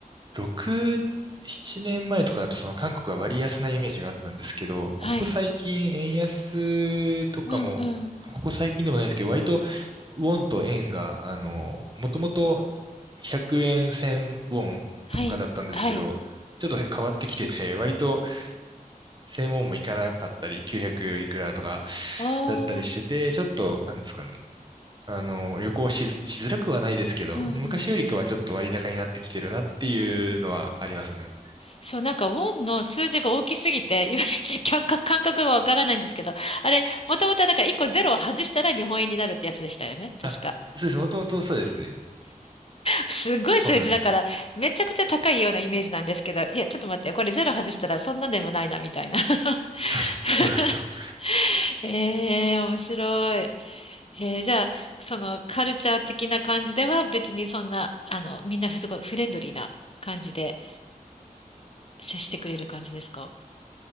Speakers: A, on the right; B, on the left.
A: 6、7年前とかだとその韓国は割安なイメージがあったんですけど、
B: はい。
A: ここ最近円安とかも、
B: うんうん。
A: ここ最近でもないですけど、割とウォンと円が、あの、もともと100円1000ウォンとかだったんですけど、
B: はい。はい。
A: ちょっと変わってきてて、割と1000ウォンもいかなかったり、900いくらとか
B: ああ、
A: だったりしてて、ちょっと、なんですかね。あの、旅行しず、しづらくはないですけど、
B: うんうん。
A: 昔よりかはちょっと割高になってきてるなっていうのはありますね。
B: そう、なんか、ウォンの数字が大きすぎて、いまいち感覚、感覚がわからないんですけど、あれ、もともとだから1個ゼロを外したら日本円になるってやつでしたよね。確か。
A: あ、そうです。もともとそうですね。
B: すっごい数字だから、
A: そうなんですよ。
B: めちゃくちゃ高いようなイメージなんですけど、いや、ちょっと待ってよ、これゼロ外したらそんなでもないな、みたいな。<laughs>
A: <laughs> そうです。そうなんですよ。
B: えー、面白い。えー、じゃあ、そのカルチャー的な感じでは別にそんな、あの、みんなすごいフレンドリーな感じで接してくれる感じですか